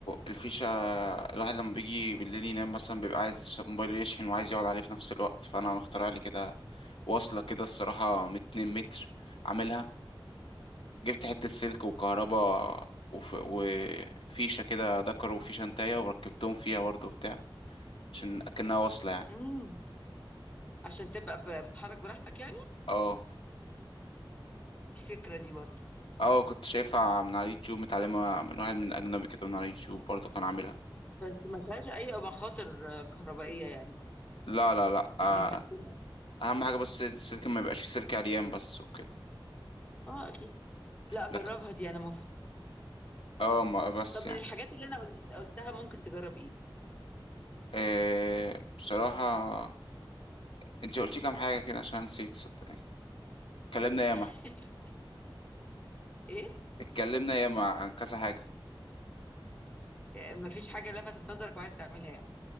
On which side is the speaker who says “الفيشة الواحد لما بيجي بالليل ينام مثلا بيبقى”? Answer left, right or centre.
Left